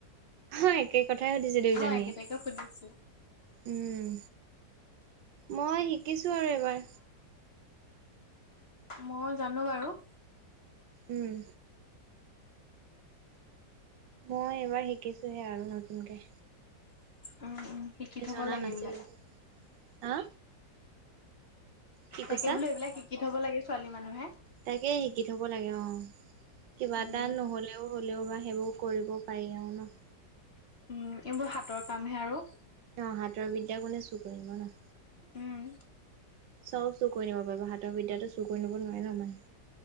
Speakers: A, on the right (about 80°); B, on the left (about 40°).
A: হয় একে কথাই সুধিছে দুয়োজনীয়ে
B: হয় একেতাকে সুধিছোঁ।
A: উম! মই শিক শিকিছোঁ আৰু এইবাৰ।
B: মইয়ো জানোঁ বাৰু।
A: উম! মই এইবাৰ শিকিছোঁহে আৰু নতুনকে
B: উম উম শিকি থব
A: জনা
B: লাগে
A: নাছিলো
B: এইবিলাক।
A: হা? কি
B: তাকে
A: কৈছা?
B: বোলো এইবিলাক শিক কি থব লাগে ছোৱালী মানুহে।
A: তাকে শিকি থব লাগে অ'! কিবা
B: উম,
A: এটা নহলেও হলেও বা সেইবোৰ কৰিব পাৰি আৰু ন।
B: উম! এইবোৰ হাতৰ কামহে আৰু।
A: অ' হাতৰ বিদ্যা কোনে চুৰ কৰিব ন!
B: উম!
A: চব চুৰ কৰি নিব পাৰিব, হাতৰ বিদ্যাটো চুৰ কৰি নিব নোৱাৰে ন মানে